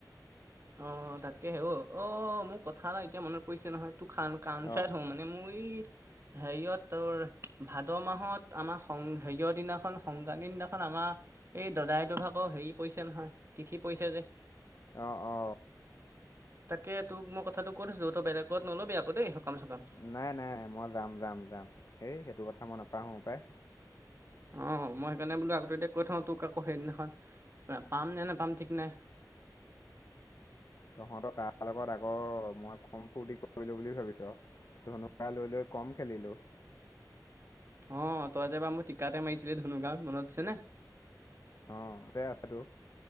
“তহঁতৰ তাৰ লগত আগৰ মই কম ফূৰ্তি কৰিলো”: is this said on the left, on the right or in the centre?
Left